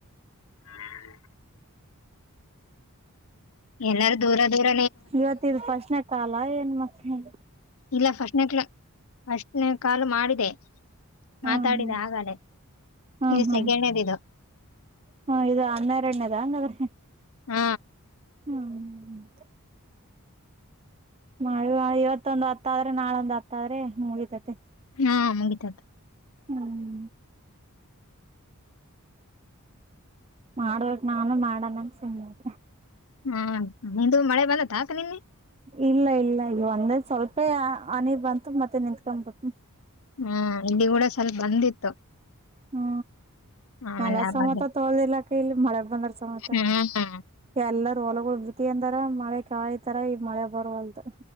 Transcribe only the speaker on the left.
ಹ್ಮ್ <inaudible> ಎಲ್ಲಾರು ದೂರ ದೂರ
ಇಲ್ಲ ಫಸ್ಟ್ನೇ ಕ ಫಸ್ಟ್ನೇ ಕಾಲ್ ಮಾಡಿದೆ
ಮಾತಾಡಿದೆ
ಹಾಗಾಲೇ
ಇದು
ಸೆಕೆಂಡ್ನೇದು ಇದು
ಹ್ಮ
ಹಾ ಮುಗಿತದ ರೀ
ಹ್ಮ ನಿಂದು ಮಳೆ ಬಂದತ್ತ ಅಕ್ಕ ನಿನ್ನೆ.
ಹ್ಮ್ ಇಲ್ಲಿ ಕೂಡ ಸ್ವಲ್ಪ ಬಂದಿತ್ತು
ಆಮೇಲೆ
ಆ
ಬಂದ
ಹ್ಮ್